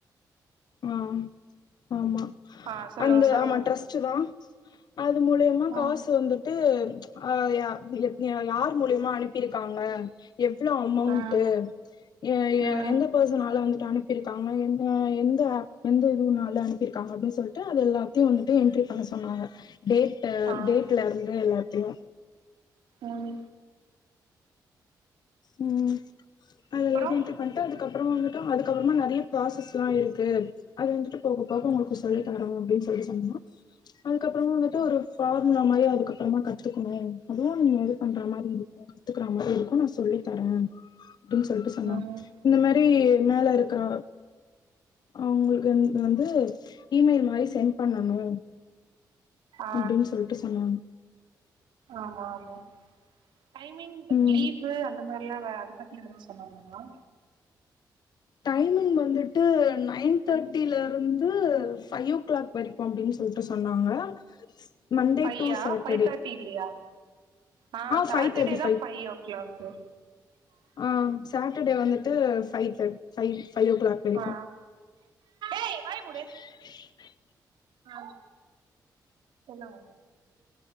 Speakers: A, on the left (about 65°); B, on the right (about 85°).
A: ஆ ஆமா
B: ஆ சொல்லுங்க
A: அந்த
B: சொல்லுங்க
A: ஆமா டிரஸ்ட்டுதான் அது மூலியமா
B: ம்
A: காசு வந்து ட்டு யா யார் மூலியமா அனுப்பியிருக்காங்க எவ்ளோ அமௌன்ட்
B: ம்
A: எ எ
B: ம்
A: எந்த பர்சனால வந்தட்டு அனுப்பிருக்காங்க என்ன எ ந்த ஆப் எந்த இதுனால அனுப்பிருக்காங்க அப்டின் சொல்ட்டு அது எல்லாத்தையு வந்துட்டு என்டரி பண்ண சொன்னாங்க டேட் ட்டு
B: ஆ
A: டேட்லருந்து எல்லாத்தையு
B: ம்
A: ம் அதெல்லாத்தையு
B: அப்பறோ
A: என்டர் பண்ட்டு அதுக்கப்பறமா வந்துட்டு அதுக்கப்பறமா நெறைய ப்ராசஸ் எல்லா ஆயிருக்கு அது வந்துட்டு போக போக உங்களுக்கு சொல்லி தரோ அப்டின்னு சொல்லி சொன்னா அதுக்கப்பறமா வந்துட்டு ஒரு பார்முலா மாரி அதுக்கப்பறமா கத்துக்கணு அதுவு நீங்க இது பண்ற மாரி இருக்கு கத்துக்கற மாரி இருக்கு நா சொல்லித் தர அப்டின்னு சொல்ட்டு சொன்னாங்
B: ம்
A: இந்த மாரி மேல இருக்கற அவுங்களுக்கு வந்து இமெயில் மாரி சென்ட் பண்ணணு
B: ஆ
A: அப்டின் சொல்ட்டு சொன்னாங்க
B: ஆமாமா டைமிங்
A: ம்
B: லீவு அந்த மாரில்லா அத பத்தி எதுவு சொன்னாங்ளா
A: டைமிங் வந்துட்டு நைன் தேர்ட்டிலருந்து ஃபைவ் ஓ கிளாக் வரை க்கு அப்டின் சொல்ட்டு சொன்னாங்க Monday
B: five
A: to Saturday
B: five thirty இல்லையா ஆ சாட்டர்டேதா
A: ஃபைவ் தேர்ட்டி
B: ஃபைய்யோ க்ளாக்
A: அ சாட்டர்டே வந்துட்டு ஃபைவ் தே ஃபைவ் ஃபைவ் ஓ கிளாக் வரைக்கு
B: ஆ ஏய் வாயமுட
A: <inaudible>
B: ஆ சொல்லுங்க